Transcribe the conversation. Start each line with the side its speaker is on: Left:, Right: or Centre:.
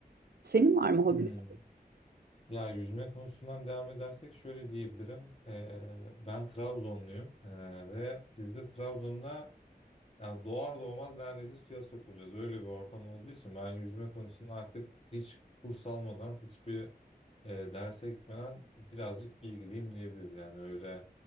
Right: Senin var mı hobilerin?
Left: Hmm. Ya yüzme konusundan devam edersek şöyle diyebilirim. Ee, ben Trabzonluyum Ee, ve biz de Trabzon'da yani doğar doğmaz neredeyse suya sokulacağız. Öyle bir ortam olduğu için ben yüzme konusunda artık hiç kurs almadan, hiçbir e, derse gitmeden birazcık bilgiliyim diyebiliriz. Yani öyle